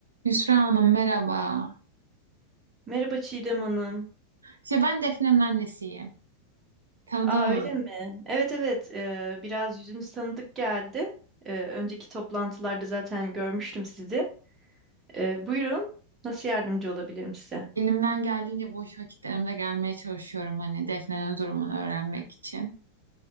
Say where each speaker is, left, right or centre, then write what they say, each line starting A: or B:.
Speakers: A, on the right; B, on the right.
A: Yusra Hanım merhaba.
B: Merhaba Çiğdem Hanım.
A: İşte ben Defne'nin annesiyim. Tanıdan
B: Aa
A: hanım.
B: öyle mi? Evet evet eee, biraz yüzünüz tanıdık geldi. Eee, önceki toplantılarda zaten görmüştüm sizi. Eee, buyurun nasıl yardımcı olabilirim size?
A: Elimden geldiğince boş vakitlerimde gelmeye çalışıyorum hani Defne'nin durumunu öğrenmek için.